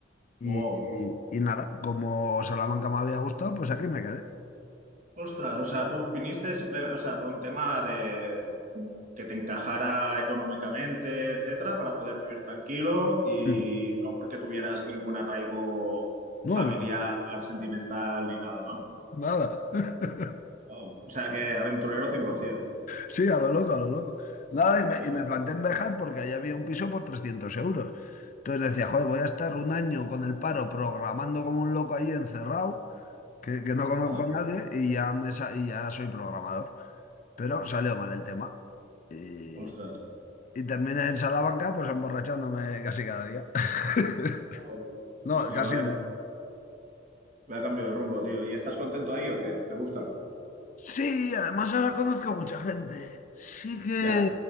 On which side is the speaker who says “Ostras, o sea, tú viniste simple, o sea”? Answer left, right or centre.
Right